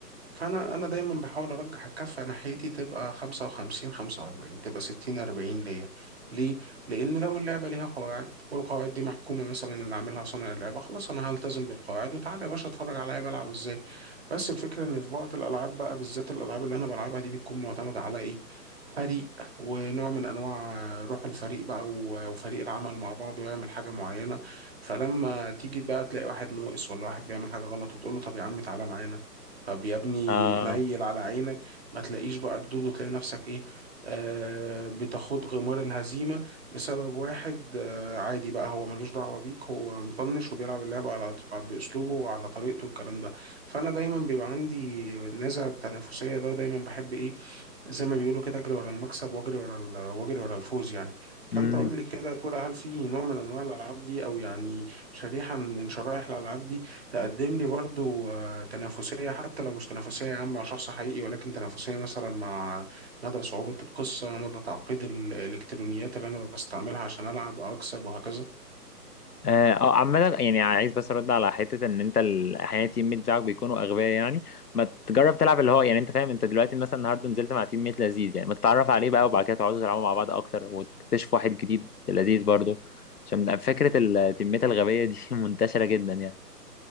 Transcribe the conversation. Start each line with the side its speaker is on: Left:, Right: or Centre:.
Right: فانا انا دايما بحاول ارجح الكفه ناحيتي تبقى 55 45 تبقى 60 40 ليا ليه لان لو اللعبه ليها قواعد والقواعد دي محكومه مثلا اللي عاملها صانع اللعبه خلاص انا هلتزم بالقواعد وتعالى يا باشا اتفرج عليا بلعب ازاي بس الفكره ان في بعض الالعاب بقى بالذات الالعاب اللي انا بلعبها دي بتكون معتمده على ايه فريق ونوع من انواع روح الفريق بقى و- وفريق العمل مع بعض ويعمل حاجه معينه فلما تيجي بقى تلاقي واحد ناقص ولا واحد بيعمل حاجه غلط وتقول له طب يا عم تعالى معانا طب يا ابني
Left: اه
Right: تنيل على عينك ما تلاقيش بقى ردود وتلاقي نفسك ايه آه بتاخد غمار الهزيمة بسبب واحد آه عادي بقى هو ملوش دعوة بيك هو مطنش وبيلعب اللعبة على بأسلوبه وعلى طريقته والكلام ده فأنا دايما بيبقى عندي النزعة التنافسية ده ودايما بحب ايه زي ما بيقولوا كده اجري ورا المكسب واجري ورا ال- واجري ورا الفوز يعني فانت
Left: اه
Right: قول لي كده يا فولا هل في نوع من انواع الالعاب دي او يعني شريحه من شرائح الالعاب دي تقدم لي برضو آه، تنافسية حتى لو مش تنافسية عامة مع شخص حقيقي ولكن تنافسية مثلا مع مدى صعوبة القصة مدى تعقيد ال- الإلكترونيات اللي أنا بستعملها عشان ألعب أو أكسب وهكذا
Left: اه آه، عامة يعني عايز بس ارد على حتة ان انت ال- احيانا التيم ميت بتاعك بيكونوا اغبياء يعني ما تجرب تلعب اللي هو يعني انت فاهم انت دلوقتي مثلا النهارده نزلت مع تيم ميت لذيذ يعني ما تتعرف عليه بقى وبعد كده تقعدوا تلعبوا مع بعض اكتر وتكتشف واحد جديد لذيذ برضه عشان فكرة التيمات الغبية دي <laughs> منتشرة جدا يعني